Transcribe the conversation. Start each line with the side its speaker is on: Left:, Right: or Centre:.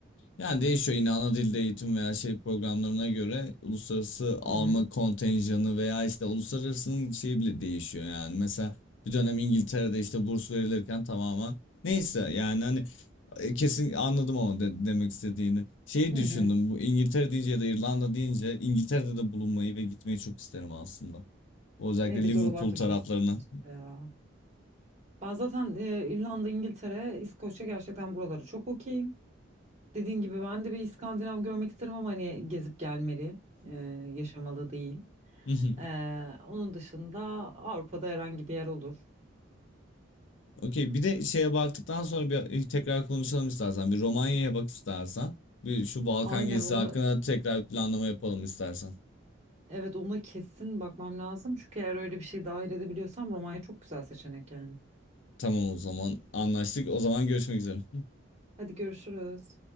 Left: Yani değişiyor yine ana dilde eğitim veya şey programlarına göre uluslararası alma
Right: Hı hı.
Left: kontenjanı veya işte uluslararasının şeyi bile değişiyor yani. Mesela bir dönem İngiltere'de işte burs verilirken tamamen neyse yani hani e, kesin anladım ama de- demek istediğini. Şeyi
Right: Hı
Left: düşündüm
Right: hı.
Left: bu İngiltere deyince ya da İrlanda deyince İngiltere'de de bulunmayı ve gitmeyi çok isterim aslında. Özellikle
Right: Evet
Left: Liverpool
Right: oralarda
Left: taraflarına.
Right: çok güzel işte ya. Ben zaten e, İrlanda, İngiltere, İskoçya gerçekten buraları çok okeyim. Dediğin gibi ben de bir İskandinav görmek isterim ama hani gezip gelmeli, e, yaşamalı değil.
Left: <laughs>
Right: Ee, onun dışında Avrupa'da herhangi bir yer olur.
Left: Okey. Bir de şeye baktıktan sonra bir e, tekrar konuşalım istersen. Bir Romanya'ya bak istersen. Bir şu Balkan
Right: Aynen
Left: gezisi
Right: onu
Left: hakkında tekrar planlama yapalım istersen.
Right: evet ona kesin bakmam lazım. Çünkü eğer öyle bir şey dahil edebiliyorsam Romanya çok güzel seçenek yani.
Left: Tamam o zaman anlaştık. O zaman görüşmek üzere.
Right: Hadi görüşürüz.